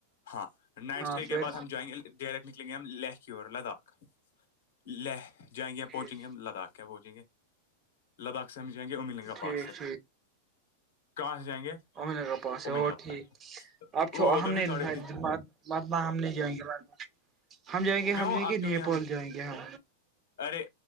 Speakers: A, on the left (about 70°); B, on the right (about 30°).
A: ہاں نائٹ
B: ہاں
A: اسٹے کے
B: پھر
A: بع ہم جائیں گے ای ڈائریکٹ نکلیں گے ہم لہ کی اور لداخ لہ جائیں گے ہم
B: ٹھیک
A: پہنچیں گے ہم لداخ کیا بوجیں گے لداخ سمجھائیں گے ا ملیں گا
B: ٹھیک
A: پاس سے کہاں سے جائیں گے
B: امد نگر پاس ہے
A: امنگلا
B: وہو ٹھیک
A: پاس
B: آپھو
A: وہ
B: احمدد
A: ادھر سے ساڑھے تین
B: جم بعد باہ ہم نہیں جائیں گے بعد ب ہم جائیں گے
A: کیوں
B: ہم جائیں
A: آپ
B: گے
A: کیوں
B: نیپال
A: نہیں ہم
B: جائیں گے ہم
A: ارے